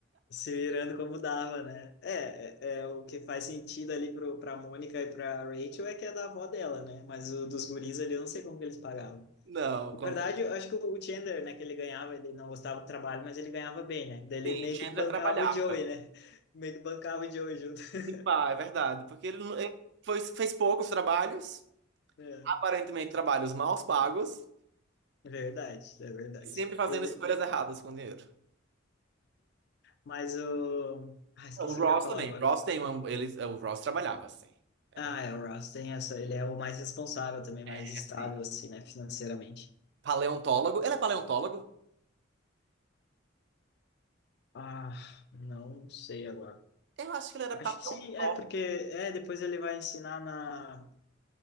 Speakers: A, on the left (about 55°); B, on the right (about 60°).
A: se virando como dava, né? É, é, é o que faz sentido ali pro, pra Mônica e pra Rachel é que é da avó dela, né? Mas o dos guris ali eu não sei como que eles pagavam.
B: <laughs> Não,
A: Na
B: com
A: verdade,
B: certeza.
A: eu acho que o Chandler, né, que ele ganhava, ele não gostava do trabalho, mas ele ganhava bem, né? Daí ele
B: Sim,
A: meio
B: Chandler
A: que bancava
B: trabalhava.
A: o Joey, né? <laughs> Meio que bancava o Joey junto. <laughs>
B: E pá, é verdade, porque ele, não- ele foi- fez poucos trabalhos,
A: É,
B: aparentemente trabalhos mal pagos,
A: é verdade, é verdade.
B: e sempre fazendo
A: Ele,
B: escolhas erradas com dinheiro.
A: Mas o. Ah, esqueci
B: Não, O Ross
A: o que eu ia falar
B: também.
A: agora.
B: O Ross tem uma, ele, o Ross trabalhava assim. É,
A: Ah,
B: ver-
A: é, o Ross tem essa. Ele é o mais responsável também,
B: é
A: mais estável,
B: assim.
A: assim, né, financeiramente.
B: Paleontólogo? Ele é paleontólogo?
A: Ah, não sei agora.
B: Eu acho que ele era
A: Acho
B: paleontólogo.
A: que sim, é, porque é, depois ele vai ensinar na,